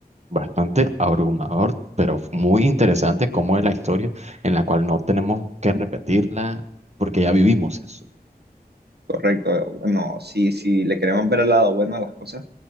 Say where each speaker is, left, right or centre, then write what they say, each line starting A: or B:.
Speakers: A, on the right; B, on the right.
A: Bastante abrumador, pero muy interesante cómo es la historia en la cual no tenemos que repetirla porque ya vivimos eso.
B: correcto. Bueno, si, si le queremos ver el lado bueno a las cosas,